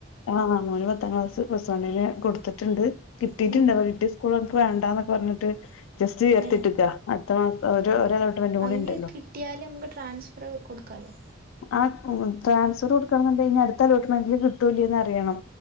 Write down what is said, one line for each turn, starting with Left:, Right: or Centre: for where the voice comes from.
Left: ആഹ് മോന് പത്താം ക്ലാസ് പ്ലസ് വണ്ണ്ന് കൊടുത്തിട്ട്ണ്ട് കിട്ടീട്ടില്ല
Right: ഏ
Left: കിട്ടിയാ സ്കൂള് ക്ക് വേണ്ടന്നൊക്കെ പറഞ്ഞിട്ട് ജസ്റ്റ് എട്ത്തിട്ടക്ക
Right: ഏ
Left: അട്ത്ത മാസം ഒര അലോട്ട്മെന്റൂക്കൂടി
Right: അയിന്
Left: ഇണ്ടല്ലോ
Right: കിട്ടിയാല് നമുക്ക് ട്രാൻസ്ഫർ കൊടുക്കാലോ
Left: ആ ഉം ട്രാൻസ്ഫർ കൊടുക്കണന്ന്ണ്ടേല് ഇഞ്ഞ് അടുത്ത അലോട്ട്മെന്റില് കിട്ടൊ ഇല്ലേന്നറിയണം